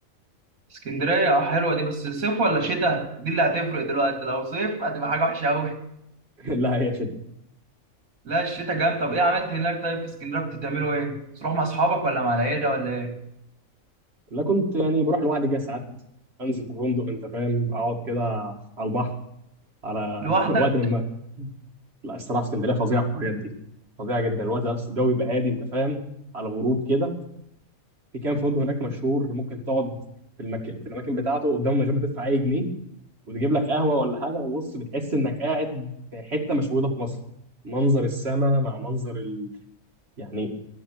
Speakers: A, on the right; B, on the right.
A: اسكندريه اه حلوه دي بس صيف ولا شتاء دي اللي هتفرق دلوقتي لو صيف هتبقى حاجه وحشه قوي
B: <laughs> لا هي شتا
A: لا الشتاء جامد طب ايه عملت هناك طيب في اسكندريه كنت تعملوا ايه تروح مع اصحابك ولا مع العيله ولا ايه
B: لا كنت يعني بروح لوحدي كده ساعات انزل في فندق انت فاهم اقعد كده على البحر على
A: لوحدك
B: <laughs> وقت من الوقت لا الصراحه اسكندريه فظيعه في الحاجات دي فظيعه جدا الوقت بس الجو يبقى هادي انت فاهم على الغروب كده في كام فندق هناك مشهور ممكن تقعد في المكان في الاماكن بتاعته قدامه من غير ما تدفع اي جنيه وتجيب لك قهوه ولا حاجه وبص بتحس انك قاعد في حته مش موجوده في مصر منظر السماء مع منظر ال... يعني